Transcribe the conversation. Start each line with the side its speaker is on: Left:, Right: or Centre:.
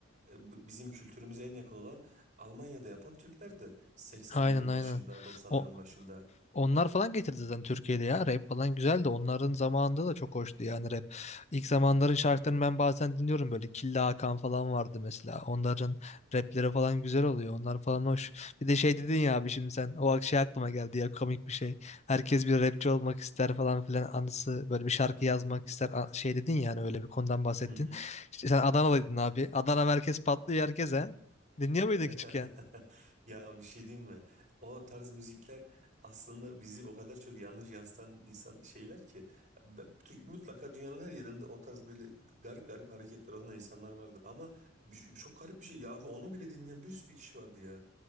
Right: e, b- bizim kültürümüze en yakın olan Almanya'da yapan Türkler de 80'lerin
Left: aynen aynen.
Right: başında 90'ların
Left: O
Right: başında
Left: Onlar falan getirdi zaten Türkiye'de ya rap falan güzel de onların zamanında da çok hoştu yani rap. İlk zamanların şarkılarını ben bazen dinliyorum böyle Killa Hakan falan vardı mesela. Onların rapleri falan güzel oluyor. Onlar falan hoş. Bir de şey dedin ya abi şimdi sen o şey aklıma geldi ya komik bir şey. Herkes bir rapçi olmak ister falan filan anısı böyle bir şarkı yazmak ister a- şey dedin yani öyle bir konudan bahsettin.
Right: Hı hı.
Left: İşte sen Adanalıydın abi. Adana merkez patlıyor herkese. Dinliyor muydun
Right: <laughs>
Left: küçükken?
Right: Ya bir şey diyeyim mi? O tarz müzikler aslında bizi o kadar çok yanlış yansıtan insan şeyler ki ben, tü- mutlaka dünyanın her yerinde o tarz böyle garip garip hareketler olan insanlar vardır ama bir- çok garip bir şey ya abi onu bile dinleyen bir sürü kişi vardı ya.